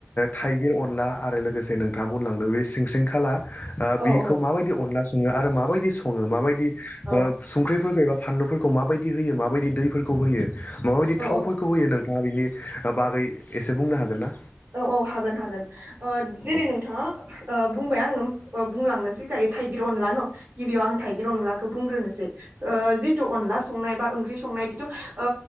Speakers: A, on the left (about 50°); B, on the right (about 65°).
A: थाइगिर अनला आरो लोगोसे नोंथाङा बुंलांदों बे सिंसिं खाला ओ
B: औ
A: बिखौ
B: औ
A: माबायदि अनला सङो आरो माबायदि सङो माबायदि
B: औ
A: संख्रिफोर फानलुफोरखौ माबायदि होयो माबायदि दैफोरखौ होयो माबायदि
B: औ
A: थावफोरखौ होयो नों नोंथाङा बिनि बागै एसे बुंनो हागोन ना?
B: औ औ हागोन हागोन जेरै
A: औ
B: नोंथाङा ओ बुंबाय आंङो ओ बुंलांनोसै दायो थाइगिर अनला न' गिबियाव आं थाइगिर अनलाखौ बुंग्रोनोसै ओ अनला संनाय बा ओंख्रि संनाय बिथ' ओ